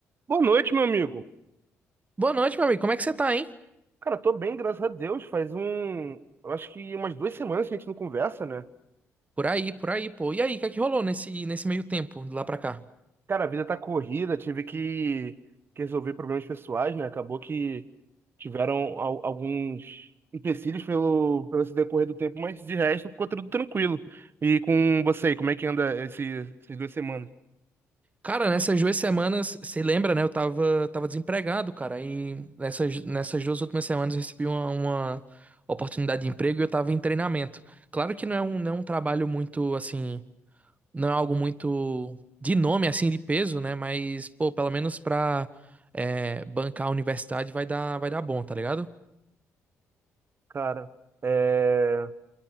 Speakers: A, on the right; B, on the right.
A: Boa noite, meu amigo.
B: Boa noite, meu amigo. Como é que você tá, hein?
A: Cara, tô bem, graças a Deus. Faz um, eu acho que umas duas semanas que a gente não conversa, né?
B: Por aí, por aí, pô. E aí, o que é que rolou nesse, nesse meio tempo, de lá pra cá?
A: Cara, a vida tá corrida, tive que, que resolver problemas pessoais, né? Acabou que tiveram al- alguns empecilhos pelo, pelo esse decorrer do tempo, mas de resto ficou tudo tranquilo. E com você aí, como é que anda esse, essas duas semanas?
B: Cara, nessas duas semanas, você lembra, né? Eu tava, tava desempregado, cara. E nessas, nessas duas últimas semanas eu recebi uma, uma oportunidade de emprego e eu tava em treinamento. Claro que não é um, não é um trabalho muito, assim, não é algo muito de nome, assim, de peso, né? Mas, pô, pelo menos pra é, bancar a universidade vai dar, vai dar bom, tá ligado?
A: Cara, é,